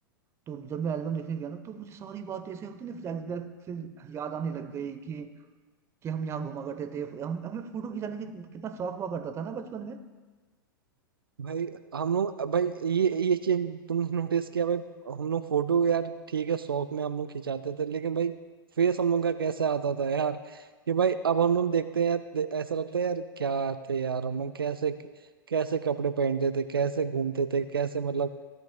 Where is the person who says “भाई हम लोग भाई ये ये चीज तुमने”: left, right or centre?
Right